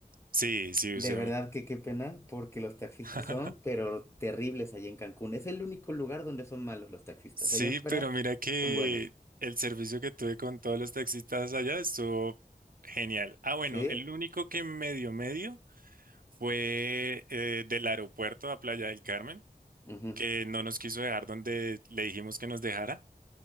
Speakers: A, on the right; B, on the left.
A: Sí, sí,
B: De
A: usé.
B: verdad que qué pena, porque los taxistas
A: <laughs>
B: son, pero terribles allí en Cancún. Es el único lugar donde son malos los taxistas.
A: Sí,
B: Allá en fuera
A: pero mira que
B: son buenos.
A: el servicio que tuve con todos los taxistas allá estuvo genial. Ah, bueno,
B: ¿Sí?
A: el único que medio medio fue eh, del aeropuerto a Playa del Carmen,
B: Ujú.
A: que no nos quiso dejar donde le dijimos que nos dejara.